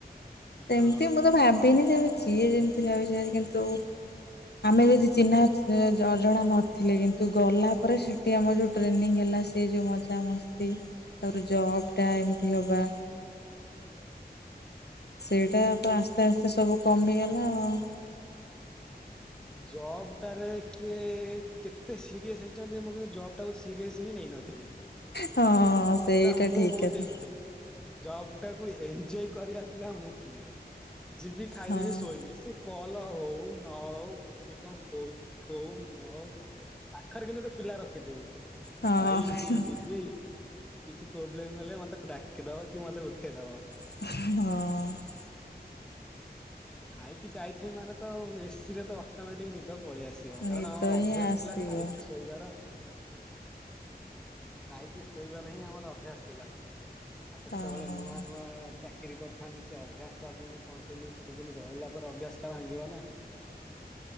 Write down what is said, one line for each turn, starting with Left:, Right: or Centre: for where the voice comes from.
Left: ସେମିତି
Centre: ହଁ।
Left: ମୁଁ ତ ଭାବିନି ଯେ ଯିଏ ଯେମିତି ଭାବିଛି ଭାଵି କିନ୍ତୁ ଆମେ ଯଦି ଚିହ୍ନା ଅ ଅଜଣା ନଥିଲେ କିନ୍ତୁ ଗଲା ପରେ ସେ ସେଠି ଆମର ଯଉ ଟ୍ରେନିଂ ହେଲା ସିଏ ଯୋଉଁ ମଜାମସ୍ତି ତାପରେ ଜବ୍ ଟା ଏମିତି ହବା। ସେଇଟା ତ ଆସ୍ତେ ଆସ୍ତେ ସବୁ କମି ଗଲା ଆଉ।
Centre: ଜବ୍ ଟାରେ କିଏ କେତେ ସିରିଏସ୍ ହେଇଛନ୍ତି ମୁଁ କିନ୍ତୁ ଜବ ଟାକୁ ସିରିଅସ ହିଁ ନେଇନଥିଲି
Left: ହଁ ସେଇଟା
Centre: ସେଟା ମୁଁ
Left: ଠିକ୍
Centre: ବହୁତ
Left: କଥା
Centre: ଏନଜଏ। ଜବ ଟାକୁ ଏନ୍ଞୟ କରିବା ପିଲା ମୁଁ ଥିଲି। ଯିବି ଖାଇଦେବି
Left: ହଁ।
Centre: ଶୋଇବି ସେ କଲ୍ ହଉ ନ ହଉ। କିଏ କଣ କହୁଛି କହୁ ନ ହଉ ପାଖରେ କିନ୍ତୁ ଗୋଟେ ପିଲା ରଖିଥିମି।
Left: ହଁ
Centre: ଭାଇ କି ଦିଦି କିଛି ପ୍ରୋବ୍ଲେମ ହେଲେ ମତେ ଡାକିଦବ କି ମତେ ଉଠେଇଦବ।
Left: ହଁ।
Centre: ଖାଇକି ଯାଇଥିବି ମାନେ ତ ଏସି ରେ ତ ଅଟୋମେଟିକ ନିଦ ପଳେଇ ଆସିବ
Left: ନିଦ
Centre: କାରଣ ଅଭ୍ୟାସ
Left: ହିଁ ଆସିବ
Centre: ଥିଲା ଖାଇକି ଶୋଇବାର। ଖାଇକି ଶୋଇବାର ହିଁ ଆମର ଅଭ୍ୟାସ ଥିଲା। ଆଉ ସେତେବେଳେ
Left: ହଁ।
Centre: ନୂଆ ନୂଆ ଚାକିରି କରିଥାନ୍ତି ସେ ଅଭ୍ୟାସ ଟା ପୁଣି କଣ୍ଟିନ୍ୟୁ କିଛି ଦିନି ରହିଲା ପରେ ଅଭ୍ୟାସ ଟା ଭାଙ୍ଗିବ ନା।